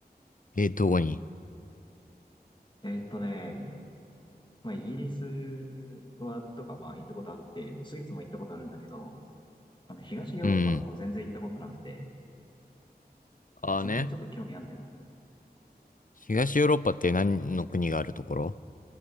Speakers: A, on the left; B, on the left.
A: え、どこに
B: えーっとね、まあ、イギリスは、とか、まあ、行ったことあって、スイスも行ったことあるんだけど、あの、東ヨーロッパの方全然行ったことなくて、
A: うんうん。ああね。
B: その辺ちょっと興味あるんだよね。
A: 東ヨーロッパって何の国があるところ